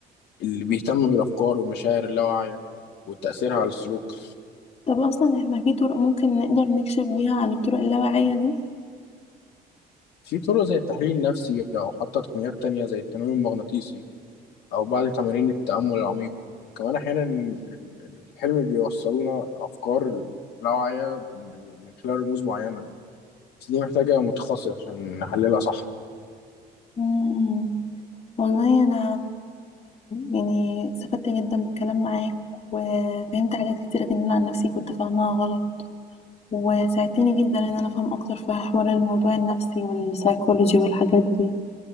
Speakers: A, on the left; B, on the left.
A: اللي بيهتم بالأفكار والمشاعر اللاواعية وتأثيرها على السلوك
B: طب اصلا احنا في طرق ممكن نقدر نكشف بيها عن الطرق اللاواعية دي
A: في طرق زي التحليل النفسي أو حتى تقنيات تانية زي التنويم المغناطيسي أو بعض تمارين التأمل العميق وكمان أحيانا ال- ال- الحلم بيوصلنا أفكار لاواعية من من خلال رموز معينة بس دي محتاجة متخصص عشان نحللها صح
B: مم. والله انا يعني استفدت جدا بالكلام معاك وفهمت حاجات كتيرة جدا عن نفسي كنت فاهمها غلط وساعدتني جدا ان انا افهم اكتر في حوار الموضوع النفسي والسايكولوجي والحاجات دي